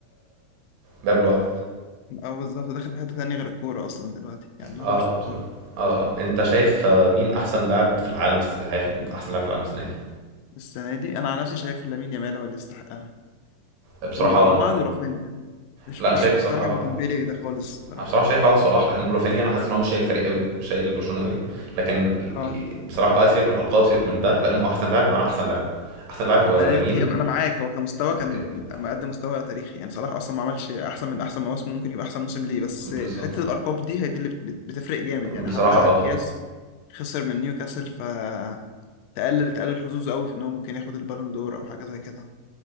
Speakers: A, on the right; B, on the left.
A: باب لوحده
B: اه بالظبط داخل في حته تانية غير الكوره اصلا دلوقتي يعني دماغه
A: اه
B: مش في
A: اه
B: الكوره
A: بصراحه اه اه انت شايف آه، مين احسن لاعب في العالم الس- هياخد احسن لاعب في العالم السنه دي
B: السنه دي انا على نفسي شايف لامين يامال هو اللي يستحقها
A: آه، بصراحه
B: و-
A: وانا
B: وبعده رافينيا مش
A: لا انا
B: مش
A: شايف بصراحه
B: مقتنع
A: بقى
B: بتمبيلي ده خالص الصراحه
A: انا بصراحه شايف بعد صلاح لان رافينيا انا حاسس ان هو مش شايل الفريق قوي مش شايل برشلونه قوي لكن
B: اه
A: بصراحه بقى سيبك من الالقاب سيبك من ده لان هو احسن لاعب معناه احسن لاعب احسن لاعب هو
B: ما
A: لامين
B: هي هي- انا معاك هو كمستوى كان
A: جدا
B: مقدم مستوى تاريخي يعني صلاح اصلا ما عملش احسن من احسن مواسم ممكن يبقى احسن موسم ليه بس
A: بالظبط
B: حته الارقام دي هي دي اللي بت- بتفرق جامد
A: بصراحه
B: يعني حتى
A: اه
B: كاس
A: اه
B: خسر من نيوكاسل فتقلل تقلل حظوظه قوي في ان هو ممكن ياخد البالون دور او حاجه زي كده